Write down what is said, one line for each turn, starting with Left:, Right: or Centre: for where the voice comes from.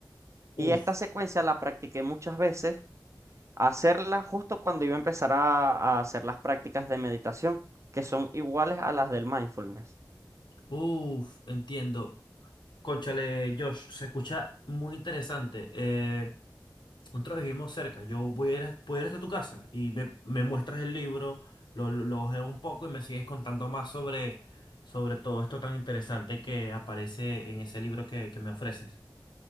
Right: Y
Left: Uf,
Right: esta secuencia la practiqué muchas veces, hacerla justo cuando iba a empezar a, a hacer las prácticas de meditación, que son iguales a las del mindfulness.
Left: uf, entiendo. Cónchale, Josh, se escucha muy interesante. Eh, nosotros vivimos cerca. Yo voy a ir, a- voy a ir hasta tu casa y me, me muestras el libro, lo, lo, lo ojeo un poco y me sigues contando más sobre, sobre todo esto tan interesante que aparece en ese libro que, que me ofreces.